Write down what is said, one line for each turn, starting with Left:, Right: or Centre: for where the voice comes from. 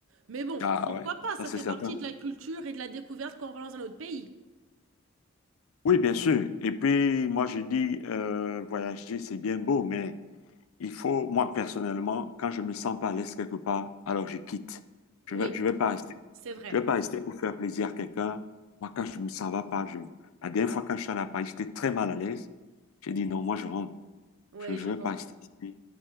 Right: Mais bon,
Left: Ah
Right: pourquoi
Left: ouais,
Right: pas? Ça
Left: ça c'est
Right: fait
Left: certain.
Right: partie de la culture et de la découverte quand on va dans un autre pays.
Left: Oui, bien sûr. Et puis, moi, je dis, euh, voyager, c'est bien beau, mais Il faut, moi personnellement, quand je me sens pas à l'aise quelque part, alors je quitte. Je
Right: Oui,
Left: vais, je vais pas rester,
Right: c'est vrai.
Left: je vais pas rester pour faire plaisir à quelqu'un. Moi, quand je me sens va pas, je, la dernière fois quand je suis allé à Paris, j'étais très mal à l'aise. J'ai dit non, moi je rentre.
Right: Ouais,
Left: Je, je
Right: je
Left: vais
Right: comprends.
Left: pas rester ici.